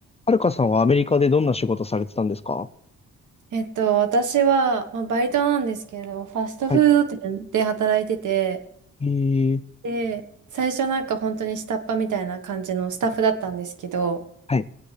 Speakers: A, on the left (about 20°); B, on the right (about 80°).
A: はるかさんはアメリカでどんな仕事されてたんですか
B: えっと、私は、まあ、バイトなんですけど、ファストフード店で働いてて、
A: はい。えー、
B: で、最初なんか本当に下っ端みたいな感じのスタッフだったんですけど、
A: はい。